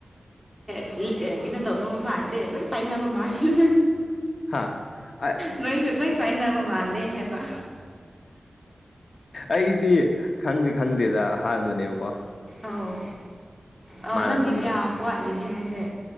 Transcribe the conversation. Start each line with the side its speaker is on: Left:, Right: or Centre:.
Centre: ꯑꯦ ꯀꯩꯅꯣ ꯇꯧꯅꯕꯥ ꯃꯥꯥꯟꯗꯦ ꯂꯣꯏ ꯄꯥꯏꯅꯕ ꯃꯥꯁꯨ
Left: ꯍꯥ ꯑ-
Centre: ꯅꯣꯏꯁꯨ ꯂꯣꯏ ꯄꯥꯏꯅꯕ ꯃꯥꯜꯂꯦ ꯍꯥꯏꯕ
Left: ꯑꯩꯗꯤ ꯈꯪꯗꯤ ꯈꯪꯗꯦꯗ ꯑꯍꯥꯟꯕꯅꯦꯕꯀꯣ
Centre: ꯑꯧ ꯑ
Left: ꯃꯥꯅ
Centre: ꯅꯪꯗꯤ
Left: ꯁꯨꯝ
Centre: ꯀꯌꯥ ꯋꯥꯠꯂꯤꯒꯦ ꯍꯥꯏꯁꯦ